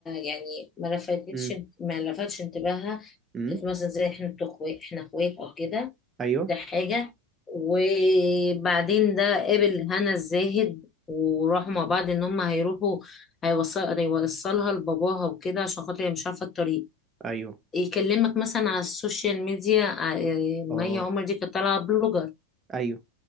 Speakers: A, on the left (about 20°); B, on the right (about 20°).
A: يعني ما لفتتش
B: امم
A: ما لفتش انتباهها
B: امم
A: كانت مثلا زي احنا اخوات احنا اخوات او كده
B: ايوه
A: ده حاجة وبعدين ده قابل هنا الزاهد وراحوا مع بعض ان هم هيروحوا هيوصل هيوصلها لباباها وكده عشان خاطر هي مش عارفة الطريق
B: ايوه
A: يكلمك مثلا على السوشيال ميديا ع-
B: اه
A: مي عمر دي كانت طالعة بلوجر
B: ايوه